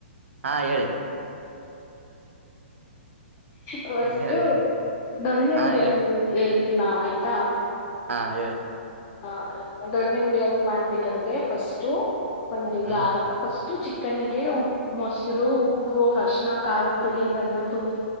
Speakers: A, on the right; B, on the left.
A: ಹಾ ಹೇಳಿ.
B: ಫರ್ಸ್ಟ್
A: ಹ್ಮ ಹೇಳಿ ಹೇಳಿ.
B: ದೊನ್ನೆ
A: ಹಾ
B: ಬಿರಿಯಾನಿ
A: ಹೇಳಿ
B: ಹೇಳ್ತನಿ ಆಯ್ತಾ.
A: ಹಾ ಹೇಳಿ.
B: ಹ ದೊನ್ನೆ ಬಿರಿಯಾನಿ ಮಾಡ್ಬೇಕಂದ್ರೆ ಫಸ್ಟು ಒಂದು
A: ಹ್ಮ್
B: ಜಾರಕ ಫಸ್ಟ್ ಚಿಕನ್ಗೆ ಹೂಪ್ ಮೊಸಿರು ಉಪ್ಪು ಹಾರ್ಶನ ಖಾರದ ಪುಡಿ ಧನಿಯಾ ಪುಡಿ